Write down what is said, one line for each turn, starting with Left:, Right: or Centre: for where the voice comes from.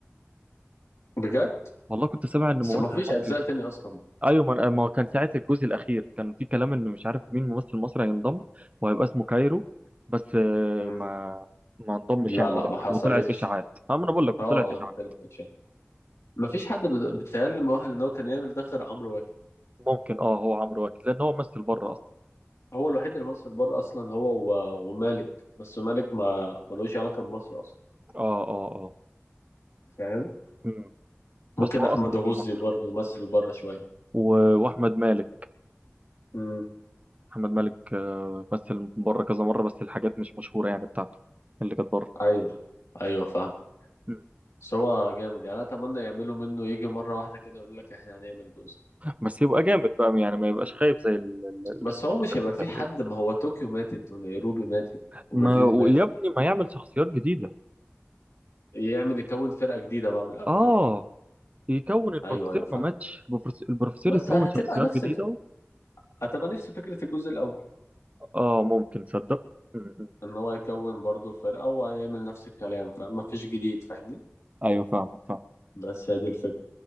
Left: بجد
Right: والله كنت سامع ان ممثل
Left: بس ما فيش
Right: مصري
Left: اجزاء تاني اصلا
Right: ايوه ما ما كان ساعه الجزء الاخير كان في كلام ان مش عارف مين ممثل مصري هينضم وهيبقى اسمه كايرو بس آه،
Left: مم.
Right: ما ما انضمش
Left: لا
Right: يعني
Left: لا
Right: ولا
Left: ما
Right: حاجه
Left: حصلتش
Right: وطلعت اشاعات أه، ما انا بقول لك
Left: اه
Right: وطلعت اشاعات
Left: اه طلع إشاعة. ما فيش حد بت- بيتهيألي مؤهل ان هو كان يعمل ده غير عمرو واكد
Right: ممكن اه هو عمرو واكد لان هو ممثل بره
Left: آه.
Right: اصلا
Left: هو الوحيد اللي مصر بره اصلا هو و- ومالك بس مالك ما ملوش علاقه بمصر اصلا
Right: اه اه اه
Left: فاهم
Right: مم. بس
Left: ممكن
Right: هو
Left: احمد
Right: اصلا
Left: غزي
Right: لمصر
Left: برضه مثل بره شويه
Right: و... واحمد مالك
Left: مم.
Right: احمد مالك آه، مثل بره كذا مره بس الحاجات مش مشهوره يعني بتاعته اللي كانت بره
Left: ايوه ايوه فاهم
Right: مم.
Left: بس هو جامد يعني انا اتمنى يعملوا منه يجي مره واحده كده يقول لك احنا هنعمل جزء
Right: بس يبقى جامد بقى يعني ما يبقاش خايف زي ال... ال- ال-
Left: بس هو مش
Right: اللي
Left: هيبقى في
Right: فات
Left: حد
Right: يعني
Left: ما هو طوكيو ماتت ونيروبي ماتت وبرلين
Right: ما ويا
Left: ماتت
Right: ابني ما يعمل شخصيات جديده
Left: يعمل يكون فرقة جديدة بقى من الأول
Right: اه يكون البروفيسور
Left: أيوه أيوه فاهم
Right: ما ماتش البروفيس- البروفيسور
Left: بس
Right: يكون
Left: هتبقى
Right: شخصيات
Left: نفس
Right: جديده
Left: ال... هتبقى نفس فكرة الجزء الأول
Right: اه ممكن تصدق مم.
Left: إن هو يكون برضه فرقة وهيعمل نفس الكلام فما فيش جديد فاهمني
Right: ايوه فاهمك فاهمك
Left: بس هي دي الفكرة